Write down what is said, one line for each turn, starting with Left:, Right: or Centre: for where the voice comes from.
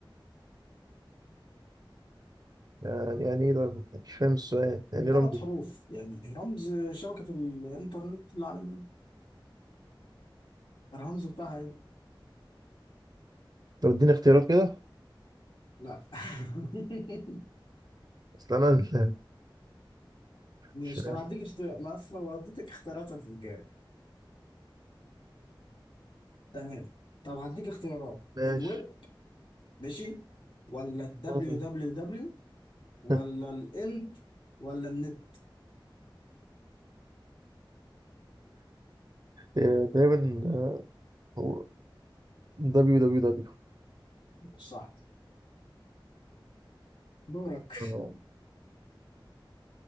Right: يعني يعني ايه ده؟ مش فاهم السؤال يعني
Left: من
Right: ايه
Left: ثلاث
Right: رمز
Left: حروف يعني رمز شبكة الانترنت العالمية الرمز بتاعها ايه؟
Right: طب اديني اختيارات كده
Left: لا <laughs>
Right: اصل انا <laughs>
Left: مش
Right: مش فاهم.
Left: طب هديك اختيار انا اصلا لو اديتك اختيارات هتتجاوب تمام طب هديك اختيارات
Right: ماشي
Left: الويب ماشي ولا الدبليو
Right: أمم.
Left: دبليو دبليو ولا
Right: <laughs>
Left: الانت ولا النت
Right: إيه، تقريبا آه، هو دبليو دبليو دبليو
Left: صح دورك
Right: آه،